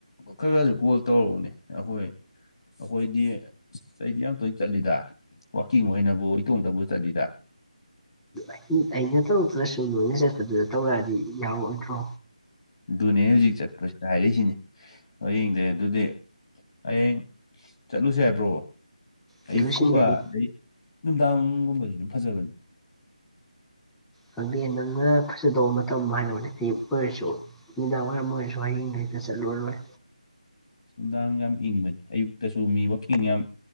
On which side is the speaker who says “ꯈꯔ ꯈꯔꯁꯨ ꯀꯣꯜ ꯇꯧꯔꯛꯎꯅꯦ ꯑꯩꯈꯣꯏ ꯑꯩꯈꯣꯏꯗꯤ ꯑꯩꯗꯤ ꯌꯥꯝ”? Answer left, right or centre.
Left